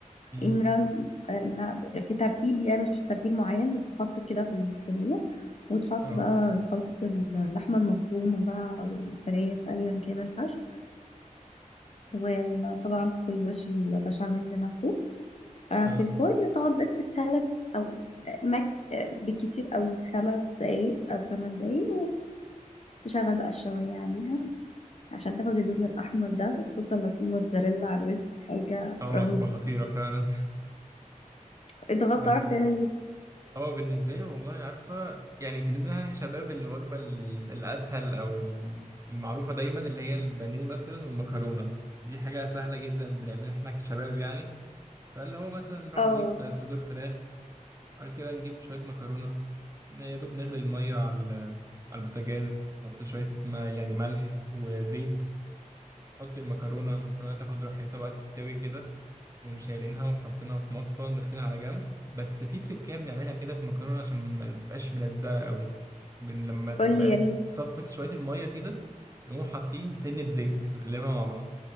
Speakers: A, on the right (about 25°); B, on the left (about 50°).
A: امم
B: ان رن إنها في ترتيب يعني مش في ترتيب معين بتتحط كده في الصينيه وتحط
A: اه
B: بقى خلطه اللحمه المفرومه بقى او الفراخ ايا كان الحشو وطبعا في الوش البشاميل نفسه آه،
A: اه
B: في الفرن تقعد بس بتلات او آه، مك آه، بالكتير قوي خمس دقايق او ثمان دقايق وتشغل بقى الشوايه عليها عشان تاخد اللون الاحمر ده وخصوصا لو في موتزاريلا على الوش حاجه
A: اه
B: رهيبه
A: هتبقى خطيرة فعلا
B: انت بقى
A: <laughs>
B: بتعرف
A: بس
B: تعمل ايه
A: هو بالنسبة لي والله عارفة يعني بالنسبة لنا شباب الوجبة الس- الأسهل أو ال- المعروفة دايما اللي هي البانيه مثلا والمكرونة دي حاجة سهلة جدا بنعملها احنا كشباب يعني فاللي هو مثلا نروح
B: اه
A: نجيب صدور فراخ بعد كده نجيب شوية مكرونة يا دوب نغلي المية على ال- على البوتاجاز نحط شوية ما يعني ملح وزيت نحط المكرونة المكرونة تاخد راحتها بقى تستوي كده نقوم شايلينها وحاطينها في مصفى ونركنها على جنب بس في تريكاية بنعملها كده في المكرونة عشان ما تبقاش ملزقة قوي بن- لما تبقى
B: قول لي يا ريت
A: صفت شوية المية كده نقوم حاطين سنة زيت ونقلبها مع بعض